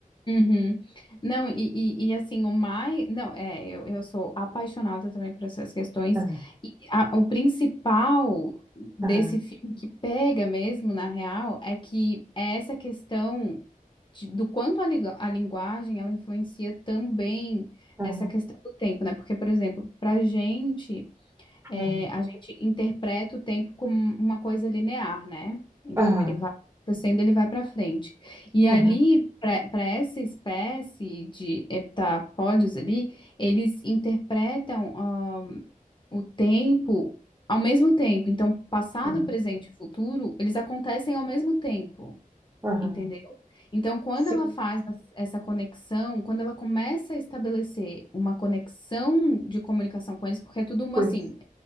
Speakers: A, on the left; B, on the right.
A: uhum. Não, e, e, e assim, o mais, não, é, eu, eu sou apaixonada também por essas questões,
B: Aham,
A: e a- o principal desse
B: aham,
A: filme que pega mesmo, na real, é que é essa questão de- do quanto a, liga- a linguagem, ela influencia também
B: aham,
A: essa questão do tempo, né? Porque, por exemplo, pra gente... é,
B: aham,
A: a gente interpreta o tempo como uma coisa linear, né? Então
B: aham,
A: ele vai acontecendo, ele vai para frente. E
B: aham,
A: ali, para essa espécie de heptapódios ali, eles interpretam ahn, o tempo ao mesmo tempo. Então, passado,
B: aham,
A: presente e futuro, eles acontecem ao mesmo tempo.
B: aham.
A: Entendeu? Então, quando
B: Sim,
A: ela faz as- essa conexão, quando ela começa a estabelecer uma conexão de comunicação com eles, porque é tudo uma
B: pois.
A: assim,